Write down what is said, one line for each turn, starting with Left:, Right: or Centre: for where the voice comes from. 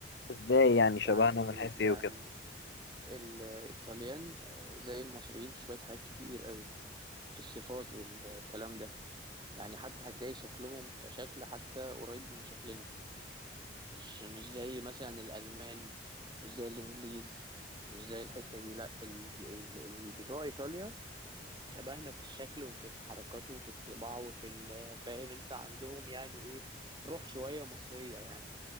Left: ازاي يعني شبهنا
Right: يعني
Left: من حيث
Right: يعني
Left: ايه وكده
Right: الإيطاليان آه، زي المصريين في شوية حاجات كتير قوي في الصفات والكلام ده يعني حتى هتلاقي شكلهم كشكل حتى قريب من شكلنا مش مش زي مثلا الألمان مش زي الإنجليز مش زي الحتة دي لا ال- ال- ال- بتوع إيطاليا شبهنا في الشكل وفي الحركات وفي الطباع وفي ال- فاهم انت عندهم يعني ايه روح شوية مصرية يعني